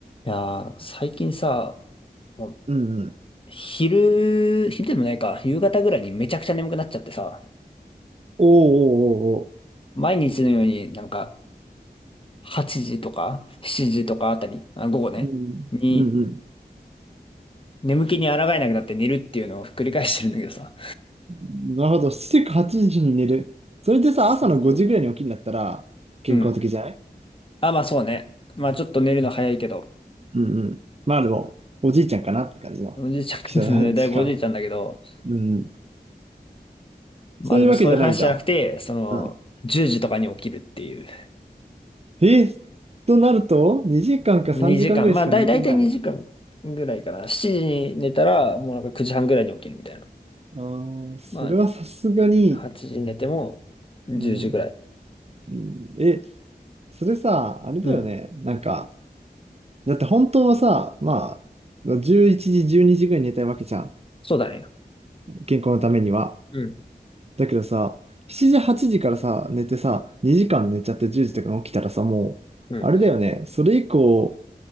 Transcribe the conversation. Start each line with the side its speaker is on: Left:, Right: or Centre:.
Left: いやー、最近さ、もう
Right: うんうん。
Left: 昼、昼でもないか、夕方ぐらいにめちゃくちゃ眠くなっちゃってさ、
Right: おーおーお
Left: 毎日のようになんか8時とか7時とかあたり、あ、午後ね、
Right: ーおー。
Left: に
Right: うん。うんう
Left: 眠気に抗えなくなって寝るっていうのを繰り返してるんだけどさ。
Right: ん。なるほど。7時8時に寝る。それでさ、
Left: そうそうそう。
Right: 朝の5時ぐらいに起きるんだったら、健康的じゃない
Left: うん。あ、まあそうね。まあちょっと寝るの早いけど、
Right: うんうん。まあでも、おじいちゃんかなって感じの、
Left: おじいちゃん、
Right: 起床時間。
Left: <laughs> だいぶおじいちゃんだけど、
Right: うん
Left: まあでもそういう話じゃなくて、
Right: そういうわけじゃないんだ。
Left: その、
Right: うん。
Left: 10時とかに起きるっていう。
Right: えとなると、2時間か3時間ぐらいしか寝てない。
Left: 2時間。まあ、だい、だいたい2時間ぐらいかな。7時に寝たら、もうなんか9時半ぐらいに起きるみたいな。
Right: あーそれはさすがに、
Left: まあ、8時に寝ても10時ぐらい。
Right: うん、うん、え、それさ、あれだよね。
Left: うん。
Right: なんか、だって本当はさ、まあ、11時、12時ぐらいに寝たいわけじゃん。
Left: そうだね。
Right: 健康のためには。
Left: うん。
Right: だけどさ、7時、8時からさ、寝てさ、2時間寝ちゃって10時とかに起きたらさ、もう、
Left: うん。
Right: あれだよね。それ以降、